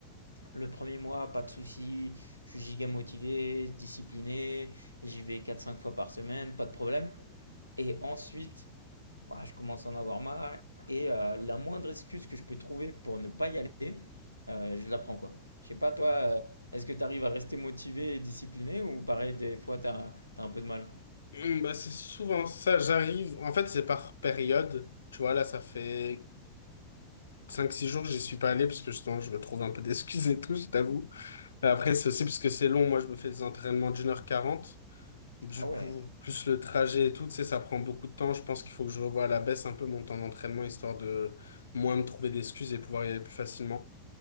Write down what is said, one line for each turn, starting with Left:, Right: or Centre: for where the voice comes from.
Right: le premier mois, pas de souci, je suis giga motivé, discipliné, j'y vais quatre cinq fois par semaine, pas de problème. Et ensuite, ouah, je commence à en avoir marre. Et euh, la moindre excuse que je peux trouver pour ne pas y aller, euh, je la prends quoi. Je sais pas, toi, euh, est-ce que tu arrives à rester motivé et discipliné ou pareil, des fois, tu as, un peu de mal?
Left: Hum, Bah, c'est souvent ça, j'arrive. En fait, c'est par période. Tu vois, là, ça fait Cinq, six jours, j'y suis pas allé parce que justement, je me trouve un peu d'excuses et tout, je t'avoue. Et Après, c'est aussi parce que c'est long. Moi, je me fais des entraînements d'une heure quarante. Du
Right: Ah ouais.
Left: coup, plus le trajet et tout, tu sais, ça prend beaucoup de temps. Je pense qu'il faut que je revoie à la baisse un peu mon temps d'entraînement histoire de moins me trouver d'excuses et pouvoir y aller plus facilement.